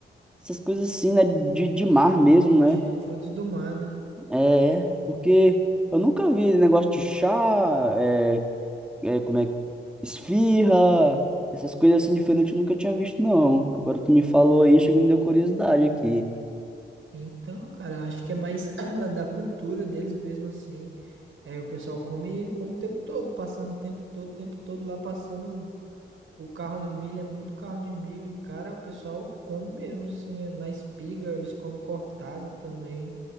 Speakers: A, in the centre; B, on the right.
A: essas coisas assim, né? De, de mar mesmo,
B: de
A: né?
B: frutos do mar, né?
A: É, porque eu nunca vi negócio de chá, é, é, como é, esfirra, essas coisas assim diferentes eu nunca tinha visto, não. Agora tu me falou aí, chega e me deu curiosidade aqui.
B: Então, cara, acho que é mais <clears throat> da cultura deles mesmo assim. É, o pessoal come, come o tempo todo, passando o tempo todo, o tempo todo lá passando o, o carro do milho, é muito carro de milho. E, cara, o pessoal come mesmo assim, é, na espiga, eles comem cortado também.